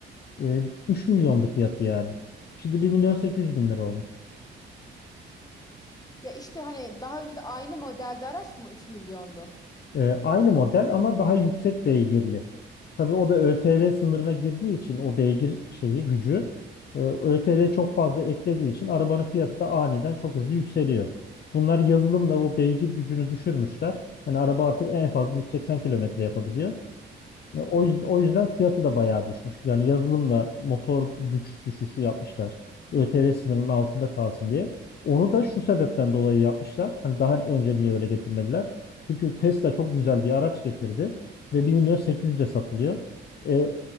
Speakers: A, on the left; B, on the left.
A: e, 3 milyondu fiyatı yani. Şimdi 1 milyon 800 bin lira olmuş.
B: Ya işte hani daha önce de aynı modelde araç mı üç milyondu?
A: E, aynı model ama daha yüksek beygirli. Tabii o da ÖTV sınırına girdiği için o beygir şeyi gücü e, ÖTV çok fazla eklediği için arabanın fiyatı da aniden çok hızlı yükseliyor. Bunlar yazılımla o beygir gücünü düşürmüşler. Yani araba artık en fazla 180 kilometre yapabiliyor.
B: Hmm.
A: Ya O yüzden, o yüzden fiyatı da bayağı düşmüş. Yani yazılımla motor güç düşüşü yapmışlar. ÖTV sınırının altında kalsın diye. Onu da şu sebepten dolayı yapmışlar. Hani daha önce niye öyle getirmediler? Çünkü Tesla çok güzel bir araç getirdi ve bir milyon 800'e satılıyor. E,